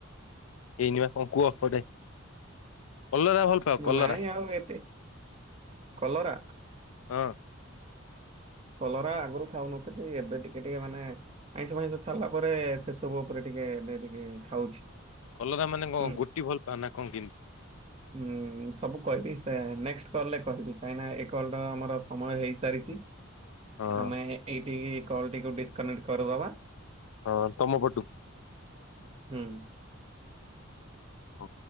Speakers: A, on the left (about 75°); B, on the right (about 30°).
A: ହେଇନିବା କଣ କୁହ ଗୋଟେ। କଲରା ଭଲ ପାଅ କଲରା
B: ନାଇଁ ଆଉ ଏତେ। କଲରା?
A: ହଁ।
B: କଲରା ଆଗରୁ ଖାଉନଥିଲି। ଏବେ ଟିକେ ଟିକେ ମାନେ ଆଇଁଷ ଫାଇଁଷ ଛାଡ଼ିଲା ପରେ ସେସବୁ ଉପରେ ଟିକେ ଏବେ ଟିକେ ଖାଉଛି।
A: କଲରା ମାନେ କଣ
B: ହୁଁ
A: ଗୋଟି ଭଲ ପାଅ ନା କଣ କେମତି?
B: ଉଁ ସବୁ କହିବି, ସେ ନେକ୍ସଟ କଲ୍ ରେ କହିବି କାହିଁକିନା ଏ କଲ୍ ର ଆମର ସମୟ ହେଇସାରିଛି।
A: ହଁ
B: ଆମେ ଏଇଠି ଏଇ କଲ୍ ଟିକୁ ଡିସକନେକ୍ଟ୍ କରିଦବା।
A: ହଁ ତମ ପଟୁ।
B: ହୁଁ।
A: ଓ।